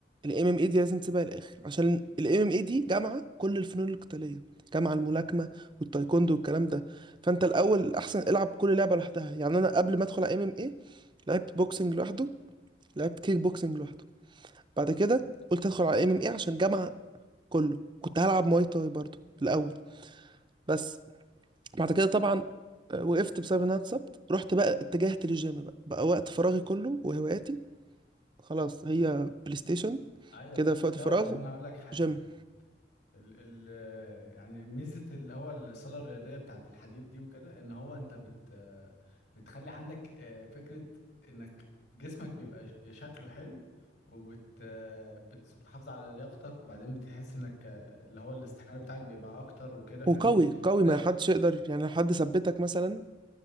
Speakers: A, on the right (about 25°); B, on the left (about 75°).
A: ال MMA دي لازم تسيبها للآخر عشان ال MMA دي جامعة كل الفنون القتالية جامعة الملاكمة والتايكوندو والكلام ده فأنت الأول الأحسن العب كل لعبة لوحدها يعني أنا قبل ما أدخل على MMA لعبت بوكسنج لوحده لعبت كيك بوكسنج لوحده بعد كده قلت أدخل على MMA عشان جامعة كله كنت هلعب مواي تاي برضه الأول بس بعد كده طبعا آه، وقفت بسبب ان انا اتصبت رحت بقى اتجهت للجيم بقى بقى وقت فراغي كله وهواياتي خلاص هي بلاي ستيشن
B: ايوه
A: كده في وقت
B: لا
A: فراغ
B: وبعدين هقول لك حاجه
A: جيم
B: ال ال يعني ميزة اللي هو الصالة الرياضية بتاعت الحديد دي وكده ان هو انت بت بتخلي عندك آه، فكرة انك جسمك بيبقى ش- شكله حلو وبت آه، بت- بتحافظ على لياقتك وبعدين بتحس انك آه، اللي هو الاستحمال بتاعك بيبقى اكتر وكده فاهمني
A: وقوي قوي
B: فده
A: ما حدش يقدر يعني حد ثبتك مثلا